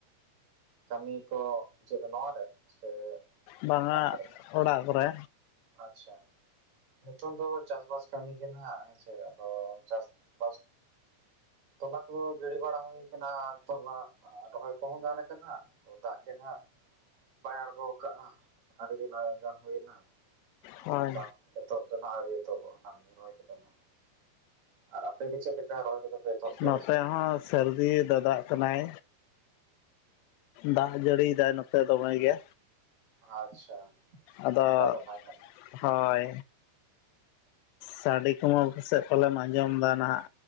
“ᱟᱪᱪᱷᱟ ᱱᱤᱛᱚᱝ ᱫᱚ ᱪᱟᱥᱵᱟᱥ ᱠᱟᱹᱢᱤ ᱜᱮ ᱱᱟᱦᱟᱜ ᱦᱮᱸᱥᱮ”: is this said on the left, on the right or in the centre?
Right